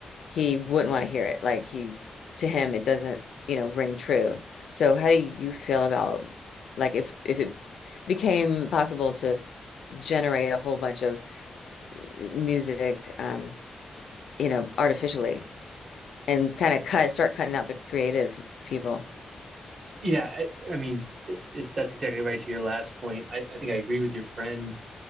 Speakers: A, on the left (about 80°); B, on the right (about 55°).
A: he wouldn't want to hear it. Like he, to him, it doesn't, you know, ring true. So how do you feel about like if if it became possible to generate a whole bunch of uh, music, um, you know, artificially and kind of cut, start cutting out the creative people?
B: yeah, I, I mean, it, it, that's exactly right to your last point. I, I think I agree with your friend.